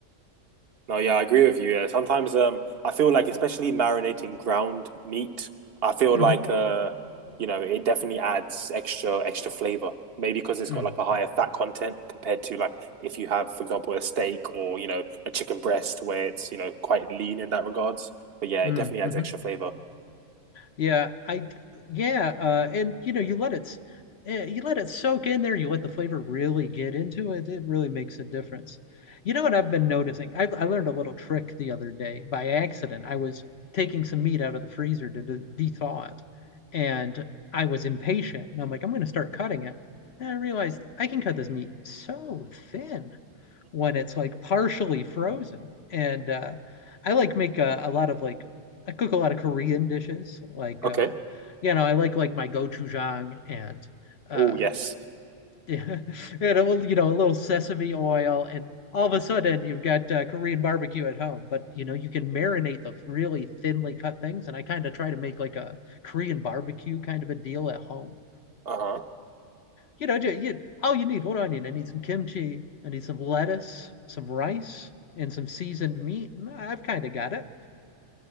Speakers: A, on the right; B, on the left.
A: No, yeah, I agree with you. Yeah, sometimes um, I feel like especially marinating ground meat, I feel
B: Mm-hmm.
A: like uh, you know, it definitely adds extra extra flavor. Maybe because it's
B: Mm-hmm.
A: got like a higher fat content compared to like if you have, for example, a steak or you know a chicken breast where it's you know quite lean in that regards. But yeah,
B: Mm-hmm.
A: it definitely adds extra flavor. <laughs>
B: Yeah, I yeah, uh, and you know, you let it eh, you let it soak in there. You let the flavor really get into it. It really makes a difference. You know what I've been noticing? I, I learned a little trick the other day by accident. I was taking some meat out of the freezer to de- thaw it, and I was impatient. And I'm like, I'm going to start cutting it. And I realized I can cut this meat so thin when it's like partially frozen. And uh, I like make a, a lot of like I cook a lot of Korean dishes. Like
A: Okay.
B: uh, you know, I like like my gochujang and uh,
A: Oh yes.
B: <laughs> and a little, you know a little sesame oil, and all of a sudden you've got uh, Korean barbecue at home. But you know you can marinate those really thinly cut things, and I kind of try to make like a Korean barbecue kind of a deal at home
A: Uh-huh.
B: you know, you, all you need what do I need I need some kimchi. I need some lettuce, some rice, and some seasoned meat. I've kind of got it.